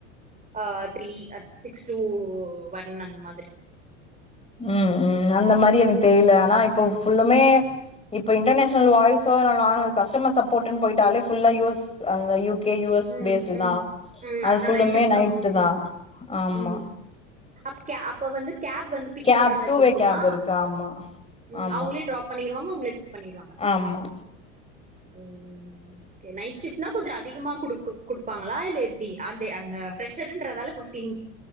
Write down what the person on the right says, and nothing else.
அ த்ரீ சிக்ஸ் டூ ஒன் அந்த மாதிரி
ம்
ம்
ம்
அதா
நைட் ஷிஃப்ட்
மோஸ்ட்லி
இருக்கு
ம் அப்ப கே அப்ப வந்து கேப் வந்து பிக்
பண்ற மாரி
இருக்குமா
ம்
அவங்களே ட்ராப் பண்ணிருவாங்க உங்கள பிக் பண்ணிருவாங்க
ம் ஓகே நைட் ஷிப்ட்னா கொஞ்ச அதிகமா குடுக் குடுப்பாங்களா இல்ல எப்படி அந்த அந்த பிரஷர்ன்றதால ஃபிப்டீன்